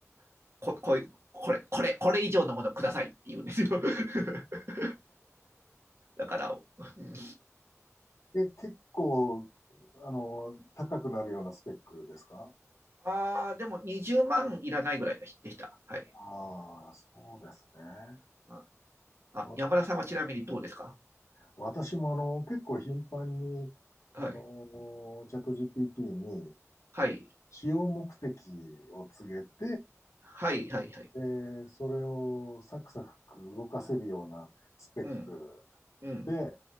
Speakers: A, on the right; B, on the left.
A: ここういう、これ、これ、これ以上のものくださいって言うんですよ。<laughs> だから、うん
B: え、結構、あの、高くなるようなスペックですか
A: ああ、でも20万いらないぐらいでした。はい。
B: ああそうですね。
A: あ、あ山田さんはちなみにどうですか
B: わ私もあの、結構頻繁に、
A: はい。
B: あの、チャット GPT に、
A: はい。
B: 使用目的を告げて、
A: はい、はい、はい。
B: で、それをサクサク動かせるようなスペック
A: うん、うん、
B: で、